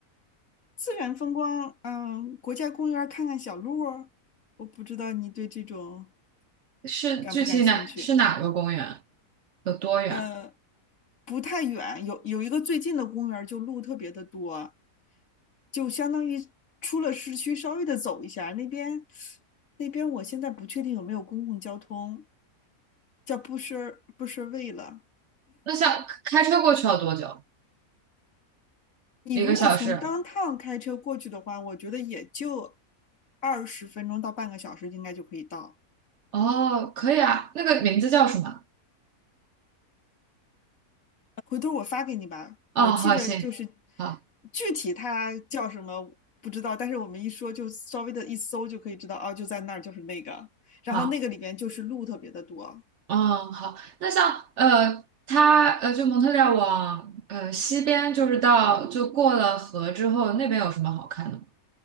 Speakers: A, on the left (about 60°); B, on the right (about 65°).
A: 自然风光，嗯，国家公园儿看看小鹿儿我不知道你对这种
B: 是具体哪是哪个公园？
A: 感不感兴趣。
B: 有多远？
A: 呃，不太远，有有一个最近的公园儿就路特别的多，就相当于出了市区稍微的走一下，那边那边我现在不确定有没有公共交通，叫布什布什卫了。
B: 那像开车过去要多久？
A: 你如果从当趟开车过去的话，
B: 一个小时？
A: 我觉得也就二十分钟到半个小时应该就可以到。
B: 哦，可以啊，那个名字叫什么？
A: 回头我发给你吧。
B: 哦，
A: 我记着就是
B: 好，行，好，
A: 具体它叫什么不知道，但是我们一说就稍微的一搜就可以知道，哦，就在那儿，就是那个。然后那个里边就是路特别的多。
B: 好，哦，好。那像呃，它呃，就蒙特利尔往呃西边，就是到就过了河之后，那边有什么好看的吗？